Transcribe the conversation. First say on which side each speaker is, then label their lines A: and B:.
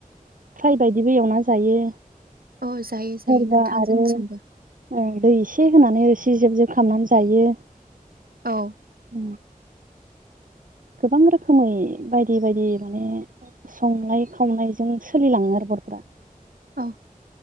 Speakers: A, on the right; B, on the right.
A: फ्राय बायदिबो एवना जायो!
B: औ जायो
A: सोरबा
B: जायो नोंथांजोंथिंबो
A: आरो ओ दै एसे होनानै रोसि जेब जेब खालामनानै जायो।
B: औ।
A: उम गोबां रोखोमै बायदि बायदि माने संनाय खावनायजों सोलिलाङो आरो बर'फोरा।
B: औ